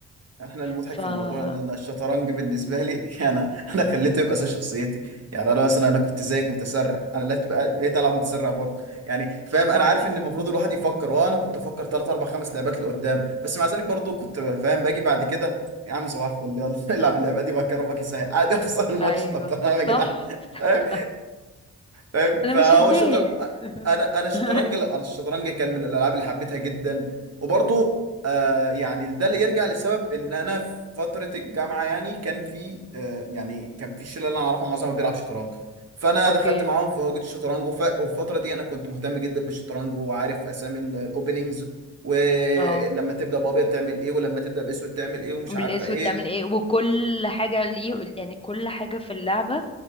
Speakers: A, on the right (about 50°); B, on the left (about 15°).
A: احنا المضحك
B: ف
A: في
B: آه،
A: الموضوع ان انا الشطرنج بالنسبه لي <laughs> انا انا خليته يبقى زي شخصيتي يعني انا مثلا انا كنت زيك متسرع انا لا تبقى بقيت العب متسرع برضه يعني فاهم انا
B: آه.
A: عارف ان المفروض الواحد يفكر وانا كنت افكر ثلاث اربع خمس لعبات لقدام بس مع ذلك برضه كنت فاهم باجي بعد كده يا عم صباح الفل يلا <laughs> العب اللعبه دي بقى ربك يسهل عادي <laughs> اخسر الماتش
B: ايوه
A: طب تمام
B: صح
A: يا جدعان <laughs>
B: <laughs>
A: فاهم فاهم
B: انا
A: فهو
B: مش هتضايق
A: شطر انا انا الشطرنج
B: <laughs>
A: لا انا الشطرنج كان من الالعاب اللي حبيتها جدا وبرضه آه يعني ده اللي يرجع لسبب ان انا في فتره الجامعه يعني كان في آه يعني كان في الشله اللي انا اعرفها معظمها بيلعب شطرنج فانا
B: اوكي
A: دخلت معاهم في هوجة الشطرنج وف... وفي الفتره دي انا كنت مهتم جدا بالشطرنج وعارف اسامي الاوبننجز ولما
B: اه
A: تبدا بابيض تعمل ايه ولما تبدا باسود تعمل ايه ومش
B: بالاسود
A: عارفه ايه
B: تعمل ايه وكل حاجة ليه يعني كل حاجة في اللعبة